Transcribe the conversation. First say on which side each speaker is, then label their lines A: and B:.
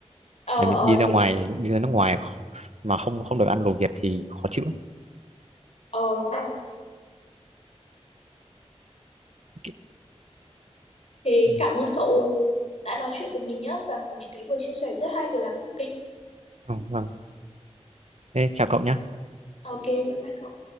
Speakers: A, on the left; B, on the right.
A: ờ
B: Để mình
A: ờ
B: đi ra
A: thì
B: ngoài, đi ra nước ngoài kh- mà không không được ăn đồ Việt thì khó chịu lắm.
A: ờ đúng rồi
B: Ok.
A: thì
B: Ừ.
A: cảm ơn cậu đã nói chuyện cùng mình nhé và có những cái vừa chia sẻ rất hay về là cooking
B: Ừ, vâng. Thế chào cậu nhé.
A: Ok, bye bye cậu.